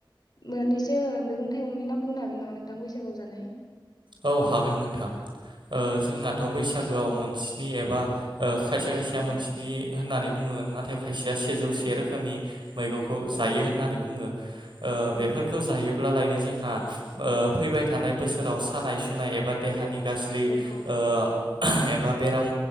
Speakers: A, on the left (about 50°); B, on the right (about 65°).
A: मोननैसो मैगं थाइगंनि नाम बुंनो हागोन नामा नोंथां बैसागुआव जानाय।
B: औ हागोन नोंथां ओ जोंनाथ' बैसागोआव मोनस्नि एबा ओ खायसे खायसेया
A: ओ
B: मोन्सि होननानै बुङो नाथाय खायसेया सेजौ
A: औ औ
B: से रोखोमनि मैगंखौ
A: औ
B: जायो
A: औ
B: होननानै बुङो ओ बेफोरखौ
A: औ
B: जायो ब्लालायनो जोंहा ओ फैबाय थानाय
A: औ
B: बोसोराव सानाय सुनाय एबा देहानि गाज्रि
A: औ औ
B: ओ एबा बेराम